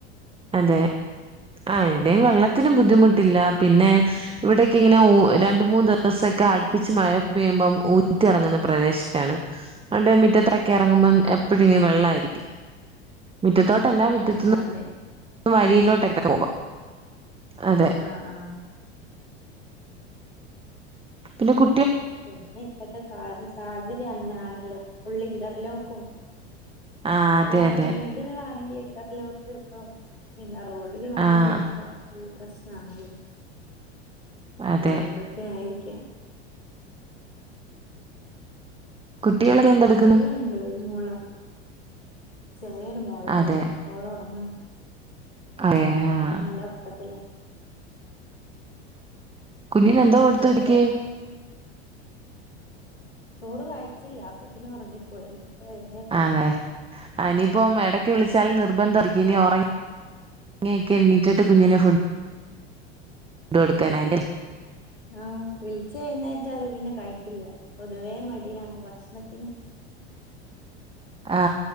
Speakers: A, on the right; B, on the left.
A: അതെ ആ ഇവിടെയും വെള്ളത്തിനും ബുദ്ധിമുട്ടില്ല പിന്നെ ഇവിടൊക്കെ ഇങ്ങനെ രണ്ട് മൂന്ന് ദിവസൊക്കെ അടുപ്പിച്ച് മഴ പെയ്യുമ്പം ഊറ്റിറങ്ങുന്ന പ്രദേശമാണ് അതോണ്ട് മിറ്റത്ത് ക്ക് ഇറങ്ങുമ്പോ
B: ആഹ്
A: എപ്പോഴും വെള്ളമായിരിക്കും മിറ്റത്തോട്ടല്ല മിറ്റത്ത്ന്ന്
B: ആഹ് അതെ
A: വഴിയിലൊട്ടൊക്കെ പോകും അതെ
B: ആഹ ആഹ
A: പിന്നെ കു
B: പിന്നെ ഇപ്പഴത്തെ കാല് സാഹചര്യം അങ്ങനൊണല്ലോ ഫുള്ളി ഇന്റർലോക്കും
A: ആഹ് അതെ
B: എല്ലാരും
A: അതെ
B: വീടുകളാണെങ്കി ഇന്റർലോക്ക് ഇപ്പോ എല്ലാർ റോഡുകളാണെങ്കിലൊക്കെ
A: ആഹ്
B: ഉള്ള പ്രശ്നണേ
A: അതെ
B: ആ അതൊക്കെ ആയിരി ക്കും
A: കുട്ടികളൊക്കെ എന്തെടുക്കുന്നു
B: കുട്ടികളുണ്ട് ഒരു മോള ചെറിയൊരു മോളാണ്
A: അതെ
B: മോള് ഉറങ്ങണ്
A: അതെ ആഹ്
B: നല്ല ഒറക്കത്തില്ല
A: കുഞ്ഞീന് എന്താ കൊടുത്തു
B: അവിടെയോ
A: ഇരിക്കേ
B: ചോറ് കഴിച്ചില്ല അപ്പത്തിന് ഒറങ്ങിപ്പോയി എഴുന്നേക്കണം
A: ആതെ ഇനിയിപ്പം എട ക്ക് വിളിച്ചാലും നിർബന്ധം ആയിരിക്കും ഇനി ഒറങ്ങിയക്കെ എണീറ്റിട്ട് കുഞ്ഞിന് ഫുഡ് കൊടുക്കാനായിരിക്കും അല്ലെ
B: ആ വിളിച്ചാ എഴുന്നേറ്റാലും പിന്നെ കഴിക്കില്ല പൊതുവേ മ ടിയാണ് ഭക്ഷണത്തിനും
A: ആ